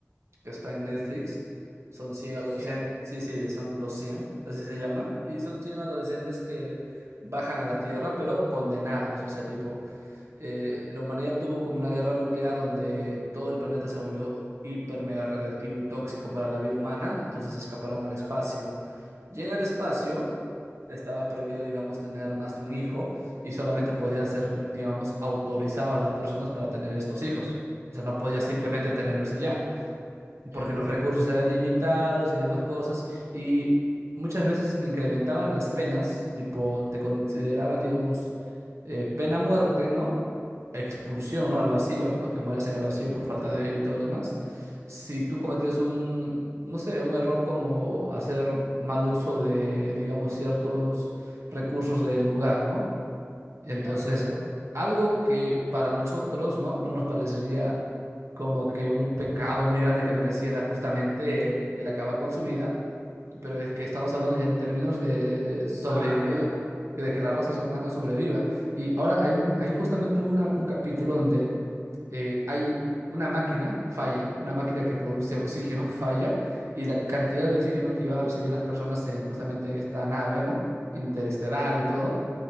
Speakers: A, on the right; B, on the right.
A: que está en Netflix. Son cien
B: los
A: adolescentes,
B: cien
A: sí, sí, son los cien así se llama. Y son 100 adolescentes que bajan a la Tierra, pero condenados. O sea, tipo, eh, la humanidad tuvo como una guerra nuclear donde todo el planeta se volvió hiper mega radiactivo y tóxico para la vida humana. Entonces escaparon al
B: ya,
A: espacio. Y en el espacio estaba prohibido, digamos, tener más de un hijo y solamente podían ser, di- digamos, autorizadas las personas para tener estos hijos. O sea, no podías
B: ya,
A: simplemente tenerlos y ya
B: ya,
A: porque los recursos eran limitados y demás cosas, y muchas veces incrementaban las penas, tipo, te consideraban, digamos, eh, pena muerte, ¿no? Expulsión, ¿no? Al vacío, a que mueras en el vacío por falta de aire y todo lo demás. Si tú cometías un, no sé, un error como hacer mal uso de, digamos, ciertos recursos del lugar, ¿no? Entonces,
B: ya, claro.
A: algo que para nosotros, ¿no? No nos parecería como que un pecado muy grande que mereciera justamente eh, el acabar con su vida, pero es que estamos hablando ya en términos de sobrevivir,
B: Ah, ya,
A: de que la raza humana sobreviva. Y ahora hay un, hay justamente una- un capítulo donde eh, hay una máquina falla, una máquina que produce oxígeno falla, y la cantidad de oxígeno que iban a recibir las personas en, justamente en esta nave, ¿no? Interestelar y todo